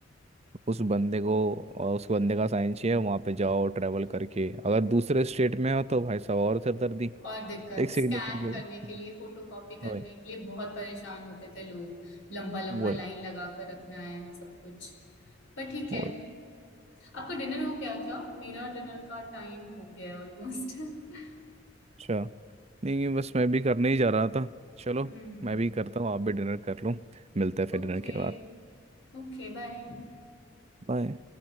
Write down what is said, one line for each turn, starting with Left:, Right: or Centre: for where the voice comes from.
Right: उस बंदे को और उस बंदे का साइन चाहिए वहाँ पे जाओ ट्रैवल करके अगर दूसरे स्टेट में हो तो भाई साहब और सिरदर्दी
Left: और दिक्कत
Right: एक सिग्नेचर
Left: स्कैन
Right: के
Left: करने
Right: लिए।
Left: के लिए फोटोकॉपी करने
Right: वही
Left: के लिए बहुत परेशान होते थे लोग लंबा लंबा
Right: वही
Left: लाइन लगा कर रखना है सब कुछ पर ठीक है
Right: वही
Left: आपका डिनर हो गया क्या मेरा डिनर का टाइम हो गया है ऑलमोस्ट <laughs>
Right: अच्छा नहीं बस मैं भी करने ही जा रहा था चलो
Left: हम्म
Right: मैं भी करता हूँ आप भी डिनर कर लो मिलते हैं फिर
Left: ओके
Right: डिनर के बाद
Left: Okay bye
Right: बाय